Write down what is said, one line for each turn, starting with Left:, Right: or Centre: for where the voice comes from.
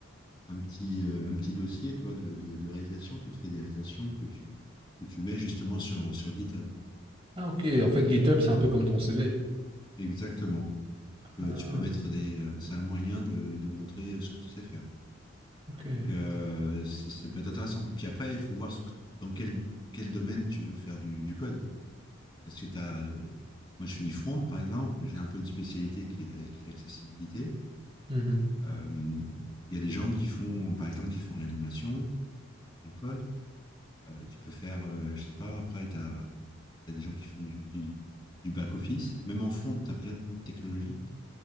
Left: un petit, euh, un petit dossier, tu vois, de, de, de réalisation. Tu te fais des réalisations que tu, que tu mets justement sur, sur GitHub.
Right: Ah ok,
Left: Comme ça, les-
Right: en fait GitHub c'est un peu comme ton CV.
Left: Exactement. Tu
Right: Ah,
Left: peux, tu peux mettre des. euh, c'est un moyen de, de montrer euh, ce que tu sais faire.
Right: ok.
Left: Donc, euh, c'est- ça peut être intéressant. Et puis après, il faut voir ce que- dans quel, quel domaine tu veux faire du, du code. Parce que t'as, euh, moi, je fais du front, par exemple. J'ai un peu une spécialité qui est la- qui est l'accessibilité.
Right: Mhm.
Left: Euh, Il y a des gens qui font, par exemple, qui font de l'animation en, en code. Euh, tu peux faire, euh, je sais pas, après, tu as, des gens qui font du, du- du back-office. Même en front, tu as plein de technologies.